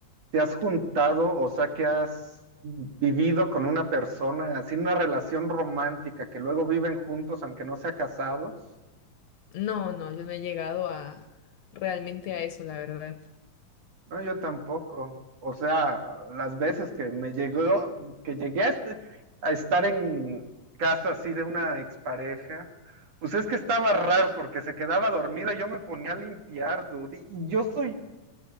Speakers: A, on the right (about 55°); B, on the left (about 65°).
A: ¿Te has juntado, o sea, que has vivido con una persona, así una relación romántica, que luego viven juntos aunque no sea casados?
B: No, no, yo no he llegado a realmente a eso, la verdad.
A: No, yo tampoco. O sea, las veces que me llegó, que llegué a, este- a estar en casa así de una expareja, pues es que estaba raro porque se quedaba dormida y yo me ponía a limpiar, dude, y yo soy,